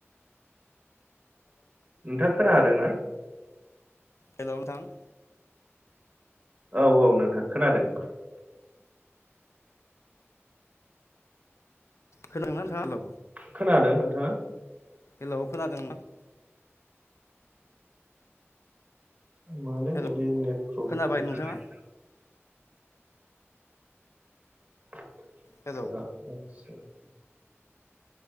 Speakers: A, on the right (about 30°); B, on the left (about 70°).
A: नोंथाङा खोनाहादों ना
B: हेलौ नोंथां
A: औ औ नोंथां खोनादों
B: खोनादोंना नोंथां आ हेलौ
A: खोनादों नोंथाङा
B: हेलौ खोनादों
A: मानो
B: हेलौ
A: बिदि नेट प्रब्लेम
B: खोनाबाय नोंथाङा
A: जाबाय <unintelligible>
B: hello